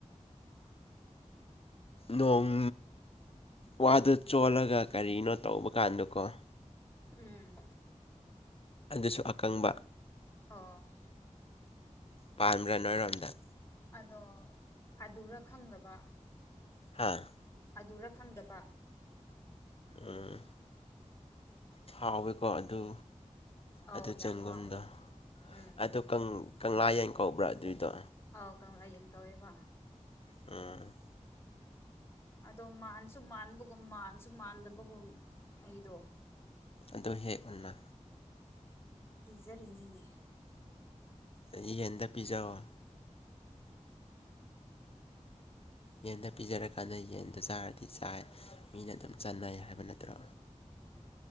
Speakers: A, on the left; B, on the left.
A: ꯑꯣ
B: ꯅꯣꯡ ꯋꯥꯗ ꯆꯣꯜꯂꯒ ꯀꯔꯤꯅꯣ ꯇꯧꯕ ꯀꯥꯟꯗꯀꯣ
A: ꯎꯝ
B: ꯑꯗꯨꯁꯨ ꯑꯀꯪꯕ
A: ꯑꯣ
B: ꯄꯥꯟꯕ꯭ꯔꯥ ꯅꯣꯏꯔꯣꯝꯗꯥꯥ
A: ꯑꯗꯣ ꯑꯗꯨꯔ ꯈꯪꯗꯕ
B: ꯍꯥꯥ
A: ꯑꯗꯨꯔ ꯈꯪꯗꯕ
B: ꯎꯝ ꯊꯥꯎꯋꯦꯀꯣ ꯑꯗꯨ
A: ꯑꯧ
B: ꯑꯗꯨ
A: ꯌꯥꯝ
B: ꯆꯦꯡꯒꯨꯝꯗꯣ
A: ꯍꯥꯎꯋꯦ ꯎꯝ
B: ꯑꯗꯨ ꯀꯪ ꯀꯪꯂꯥꯌꯦꯟ ꯀꯧꯕ꯭ꯔꯥ ꯑꯗꯨꯏꯗꯣ
A: ꯑꯧ ꯀꯪꯂꯥꯌꯦꯟ ꯀꯧꯋꯦꯕ
B: ꯑꯝ
A: ꯑꯗꯣ ꯃꯥꯟꯁꯨ ꯃꯥꯟꯕꯒꯨꯝ ꯃꯥꯟꯁꯨ ꯃꯥꯟꯗꯕꯒꯨꯝ ꯑꯩꯗꯣ
B: ꯑꯗꯣ ꯍꯦꯛꯑꯣꯅ
A: ꯀꯤꯖꯔꯤꯅꯤꯅꯦ
B: ꯎꯝ ꯌꯦꯟꯗ ꯄꯤꯖꯧꯑꯣ ꯌꯦꯟꯗ ꯄꯤꯖꯔꯀꯥꯟꯗ ꯌꯦꯟꯗꯣ ꯆꯥꯔꯗꯤ ꯆꯥꯏ ꯃꯤꯅ ꯑꯗꯨꯝ ꯆꯟꯅꯩ ꯍꯥꯏꯕ ꯅꯠꯇ꯭ꯔꯣ